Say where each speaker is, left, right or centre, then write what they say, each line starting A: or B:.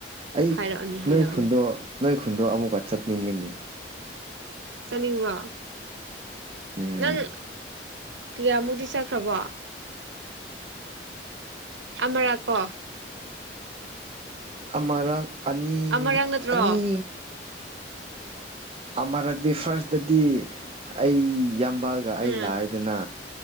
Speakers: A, on the right (about 35°); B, on the right (about 85°).
A: ꯑꯩ
B: ꯍꯥꯏꯔꯛꯑꯣꯅꯦ ꯍꯥꯏꯔꯛꯑꯣꯅꯦ
A: ꯅꯣꯏ ꯈꯨꯟꯗꯣ ꯅꯣꯏ ꯈꯨꯟꯗꯣ ꯑꯃꯨꯛꯀ ꯆꯠꯅꯤꯡꯉꯤꯅꯦ
B: ꯆꯠꯅꯤꯡꯕ꯭ꯔꯣ
A: ꯎꯝ
B: ꯅꯪ ꯀꯌꯥꯝꯃꯨꯛꯗꯤ ꯆꯠꯈ꯭ꯔꯕꯣ ꯑꯃꯔꯛꯀꯣ
A: ꯑꯃꯔꯛ ꯑꯅꯤ
B: ꯑꯃꯔꯛ ꯅꯠꯇ꯭ꯔꯣ
A: ꯑꯅꯤ ꯑꯃꯔꯛꯇꯤ ꯐꯥꯔꯁꯇꯗꯤ ꯑꯩ ꯌꯥꯝꯕꯒ ꯑꯩ
B: ꯎꯝ
A: ꯂꯥꯛꯑꯦꯗꯅꯥ